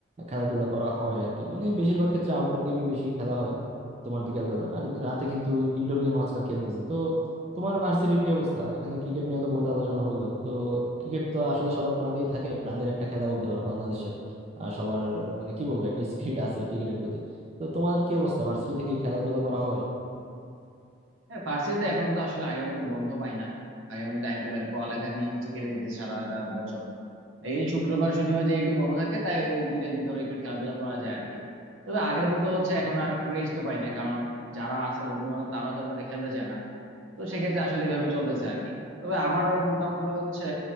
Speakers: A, on the right; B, on the right.
A: খেলাধুলা করা হয় আর কি মানে বেশিরভাগ ক্ষেত্রে আউটডোর গেমই বেশি খেলা হয় তোমার বিকাল বেলা আর রাতে কিন্তু ইনডোর গেম আজকাল খেলতেছি তো তোমার ভার্সিটির কি অবস্থা এখানে ক্রিকেট নিয়ে তো বহুত আলোচনা হইলো তো ক্রিকেট তো আসলে সবার প্রাণেই থাকে প্রাণের একটা খেলা বলতে পারো বাংলাদেশের আর সবার মানে কি বলবো একটা স্পিরিট আছে ক্রিকেটের প্রতি তো তোমার কি অবস্থা ভার্সিটিতে কি খেলাধুলা করা হয়
B: হ্যাঁ ভার্সিটিতে এখন তো আসলে আগের মতো বন্ধ পাই না আগের মতো টাইম তো পাই না পড়ালেখা নিয়ে হচ্ছে কেটে যেতে সারাটা বছর এই শুক্রবার শনিবার যে একটু বন্ধ থাকে তাই ওই দুইটা দিন ধরে একটু খেলাধুলা করা যায় আর কি তবে আগের মতো হচ্ছে এখন আর ক্রেজ তো পাই না কারণ যারা আছে বন্ধু বান্ধব তারাও তেমন একটা খেলতে চায় না তো সেক্ষেত্রে আসলে এভাবেই চলতেছে আর কি তবে আমার মোটামুটি হচ্ছে